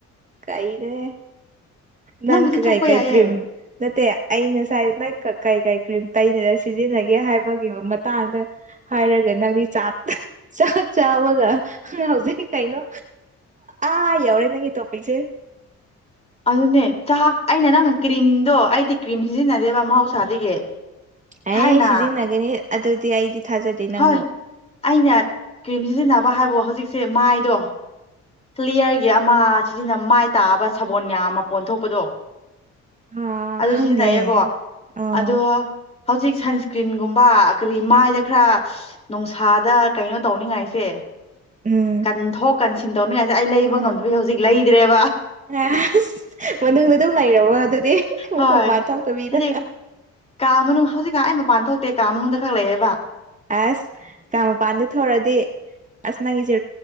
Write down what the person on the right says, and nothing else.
ꯀꯥꯏꯅꯣꯍꯦ ꯅꯪꯀ
ꯀꯥꯏ-ꯀꯥꯏ
ꯀ꯭ꯔꯤꯝ ꯅꯠꯇꯦ ꯑꯩ ꯉꯁꯥꯏ ꯀꯩ ꯀꯩ ꯀ꯭ꯔꯤꯝ ꯇꯩꯅꯅ ꯁꯤꯖꯤꯟꯅꯒꯦ ꯍꯥꯏꯕꯒꯤ ꯃꯇꯥꯡꯗ ꯍꯥꯏꯔꯒ ꯅꯪꯗꯤ ꯆꯥꯛ ꯆꯥꯛ ꯆꯥꯃꯒ ꯍꯧꯖꯤꯛ ꯀꯩꯅꯣ ꯑꯥ ꯌꯥꯎꯔꯦ ꯅꯪꯒꯤ ꯇꯣꯄꯤꯛꯁꯦ
ꯑꯦ
ꯁꯤꯖꯤꯟꯅꯒꯅꯤ ꯑꯗꯨꯗꯤ ꯑꯩꯗꯤ ꯊꯥꯖꯗꯦ ꯅꯪꯕꯨ
ꯑ
ꯈꯪꯗꯦ
ꯑꯣ
ꯎꯝ
ꯑ
ꯑꯁ ꯃꯅꯨꯡꯗ ꯑꯗꯨꯝ ꯂꯩꯔꯕꯣ ꯑꯗꯨꯗꯤ
ꯃꯄꯥꯟ ꯊꯣꯛꯇꯕꯤꯗ
ꯑꯁ ꯀ ꯃꯄꯥꯟꯗ ꯊꯣꯔꯗꯤ ꯑꯁ ꯅꯪꯒꯤꯁꯦ